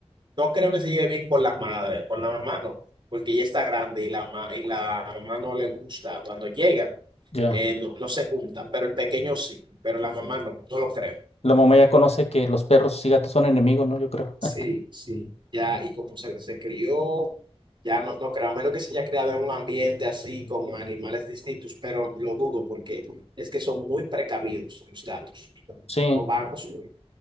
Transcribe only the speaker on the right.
No creo que se lleve bien con la madre, con la mamá no, porque ella está grande y la, ma- y la mamá no le gusta. Cuando llegan,
eh, no, no se juntan, pero el pequeño sí, pero la mamá no, no lo creo.
Sí,
sí, ya, y como se, se crió, ya no, no creo, a menos que se haya criado en un ambiente así, con animales distintos, pero lo dudo porque es que son muy precavidos los gatos,
no van a su